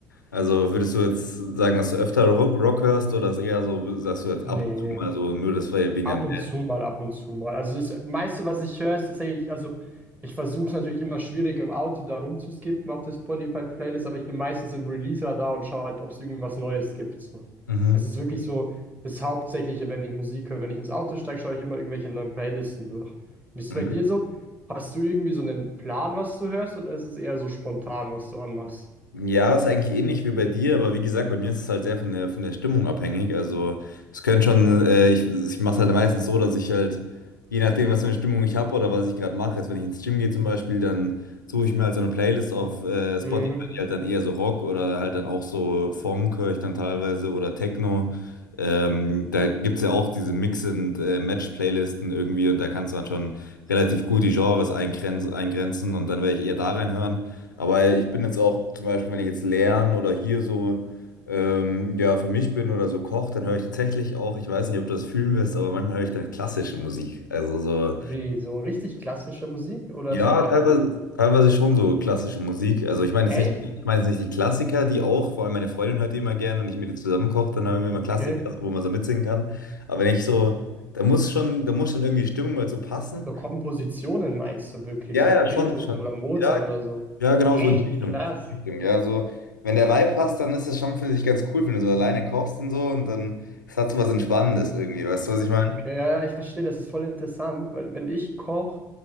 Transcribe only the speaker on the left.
Also würdest du jetzt sagen, dass du öfter Rock, Rock hörst oder ist eher so, sagst du jetzt
ab und zu mal so, nur das war ja wegen
deinem Dad?
Mhm.
Okay.
Ja, ist eigentlich ähnlich wie bei dir, aber wie gesagt, bei mir ist es halt sehr von der, von der Stimmung abhängig. Also es können schon, äh, ich, ich mache es halt meistens so, dass ich halt, je nachdem, was für eine Stimmung ich habe oder was ich gerade mache, jetzt wenn ich ins Gym gehe zum Beispiel, dann suche ich mir halt so eine Playlist auf äh, Spotify,
die halt dann eher so Rock oder halt dann auch so Funk höre ich dann teilweise oder Techno. Ähm, da gibt's ja auch diese Mix- und äh, Match-Playlisten irgendwie und da kannst du dann schon relativ gut die Genres eingrenzen, eingrenzen und dann werde ich eher da reinhören. Aber ich bin jetzt auch zum Beispiel, wenn ich jetzt lerne oder hier so ähm, ja, für mich bin oder so koche, dann höre ich tatsächlich auch, ich weiß nicht, ob du das fühlen wirst, aber manchmal höre ich dann klassische Musik. Also so,
ja,
teilweise,
teilweise schon so klassische Musik. Also ich meine
jetzt nicht, ich meine jetzt nicht die Klassiker, die auch, vor allem meine Freundin hört die immer gern und ich mit ihr zusammen koche, dann haben wir immer Klassiker,
wo man so mitsingen kann. Aber wenn ich so, da muss schon, da muss schon irgendwie Stimmung dazu passen.
Ja,
ja, schon, schon.
Ja,
Ja, genau
so in die Richtung.
So in die Richtung. Ja, so, wenn der Vibe passt, dann ist das schon, finde ich, ganz cool, wenn du so alleine kochst und so und dann, es hat so was Entspannendes irgendwie, weißt du, was ich meine?